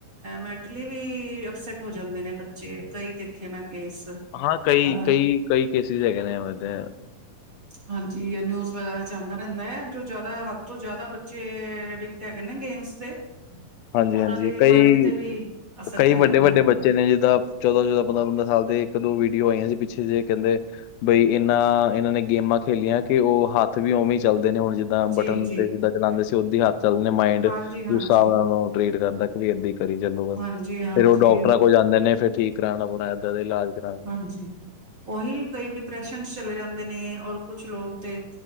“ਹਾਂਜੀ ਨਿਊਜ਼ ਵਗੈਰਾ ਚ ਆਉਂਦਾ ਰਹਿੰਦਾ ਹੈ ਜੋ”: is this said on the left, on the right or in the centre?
Right